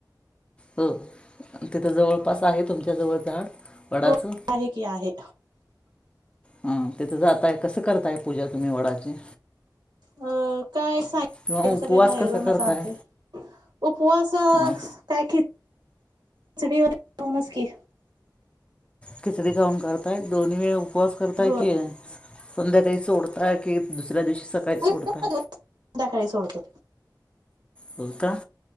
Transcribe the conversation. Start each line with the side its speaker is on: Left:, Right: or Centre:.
Left: हो तिथं जवळपास आहे तुमच्याजवळ झाड वडाचं?
Right: हो आहे की आहे
Left: हं तिथं जाताय कसं करताय पूजा तुम्ही वडाची?
Right: अ काय साहित्य
Left: किंवा उपवास
Right: सगळे बाहेरूनच
Left: कसा करताय
Right: आणतोय. उपवास अ
Left: हां
Right: काय खिच खिचडी व खाउनच की?
Left: खिचडी खाऊन करताय? दोन्ही वेळ उपवास करताय
Right: होय
Left: की? संध्याकाळी सोडताय की दुसऱ्या दिवशी सकाळी
Right: मी
Left: सोडताय?
Right: पण संध्याकाळी सोडतो
Left: सोडता?